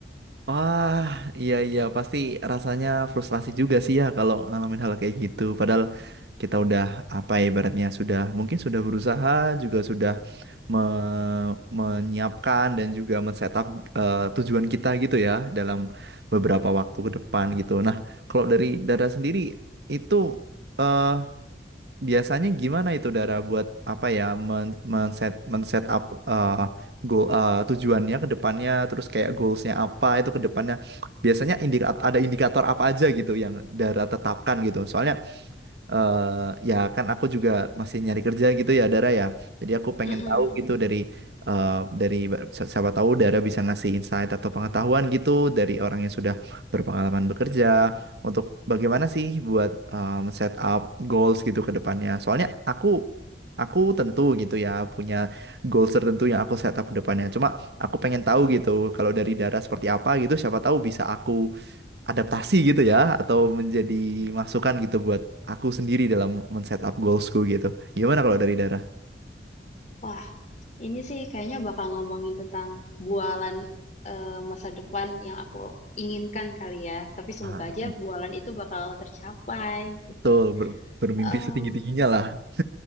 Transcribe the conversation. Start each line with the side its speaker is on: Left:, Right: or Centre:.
Right: Wah, iya iya pasti rasanya frustrasi juga sih ya kalau ngalamin hal kayak gitu. Padahal kita udah apa ya, ibaratnya sudah mungkin sudah berusaha juga sudah me- menyiapkan dan juga men-setup eh, tujuan kita gitu ya dalam beberapa
Left: Hmm.
Right: waktu ke depan gitu. Nah, kalau dari Dara sendiri itu eh, Biasanya gimana itu Dara buat apa ya men, men-set men-set up eh, goal eh, tujuannya ke depannya terus kayak goalsnya apa itu ke depannya biasanya indikator ada indikator apa aja gitu yang Dara tetapkan gitu. Soalnya eh ya kan aku juga masih nyari kerja gitu ya Dara ya. Jadi aku pengen
Left: Mm-mm.
Right: tahu gitu dari eh, dari si- siapa tahu Dara bisa ngasih insight atau pengetahuan gitu dari orang yang sudah berpengalaman bekerja untuk bagaimana sih buat em, set up goals gitu ke depannya. Soalnya aku aku tentu gitu ya punya goals tertentu yang aku set up ke depannya. Cuma aku pengen tahu gitu kalau dari Dara seperti apa gitu siapa tahu bisa aku adaptasi gitu ya atau menjadi masukan gitu buat aku sendiri dalam men-setup goalsku gitu. Gimana kalau dari Dara?
Left: Wah, ini sih kayaknya bakal ngomongin tentang bualan eh, masa depan yang aku inginkan kali ya. Tapi semoga
Right: Nah,
Left: aja bualan itu bakal tercapai gitu.
Right: betul ber- bermimpi
Left: Em,
Right: setinggi-tingginya lah. <laughs>